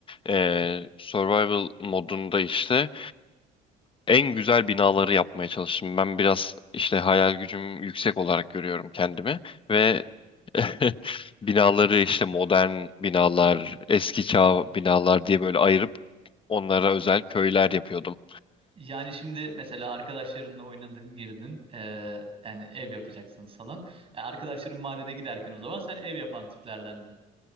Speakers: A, on the left (about 30°); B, on the right (about 35°).
A: eee, survival modunda işte en güzel binaları yapmaya çalıştım. Ben biraz işte hayal gücüm yüksek olarak görüyorum kendimi ve <laughs> binaları işte modern binalar, eski çağ binalar diye böyle ayırıp onlara özel köyler yapıyordum.
B: Yani şimdi mesela arkadaşlarınla oynadın, girdin. Ee, yani ev yapacaksınız falan. Yani arkadaşların madene giderken o zaman sen ev yapan tiplerdendin.